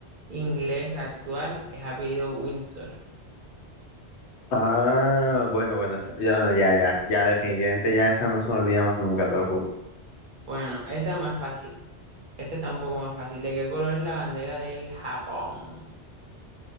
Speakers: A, on the right; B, on the left.
A: inglesa actual es apellido Windsor.
B: Ah, bueno, bueno, esa- ya, no, ya, ya, ya, definitivamente ya esa no se me olvida más nunca, te lo juro.
A: Bueno, esta es más fácil. Esta está un poco más fácil. ¿De qué color es la bandera del Japón?